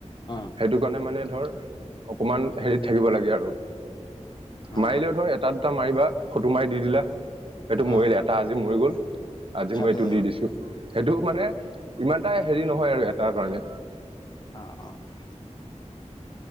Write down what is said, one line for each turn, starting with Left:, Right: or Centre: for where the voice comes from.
Left: অ
Right: সেইটো কাৰণে মানে ধৰ অকমান হেৰিত থাকিব লাগে আৰু
Left: অ
Right: মাৰিলেও ধৰ এটা দুটা মাৰিবা। ফটো মাৰি দি দিলা, এইটো মৰিল
Left: অ
Right: এটা আজি মৰি গ'ল, আজি
Left: খাই
Right: মই
Left: পেলালে
Right: এইটো দি
Left: হ'ল
Right: দিছো। সেইটো মানে ইমানটা হেৰি নহয় আৰু এটাৰ কাৰণে
Left: অহ অহ অহ।